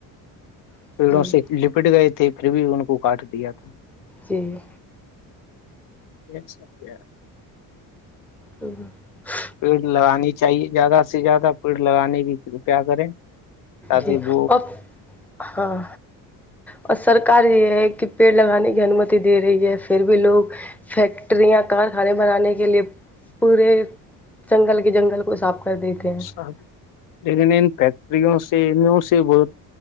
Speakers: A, in the centre; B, on the left (about 60°).
A: جی
B: پیڑوں سے لپٹ گئے تھے پھر بھی ان کو کاٹ دیا تھا
A: جی
B: ایک س ہے <unintelligible>
A: ہ ہ <unintelligible>
B: پیڑ لگانی چاہیے زیادہ سے زیادہ پیڑ لگانے کی کرپیا کریں تاد
A: جی
B: ب
A: اور ہاں اور سرکار یہ ہے کہ پیڑ لگانے کی انمتی دے رہی ہے پھر بھی لوگ فیکٹریاں کارخانے بنانے کے لیے پورے جنگل کے جنگل کو صاف کر دیتے ہیں
B: شاہ لیکن ان فیکٹریوں سے انوں سے بہت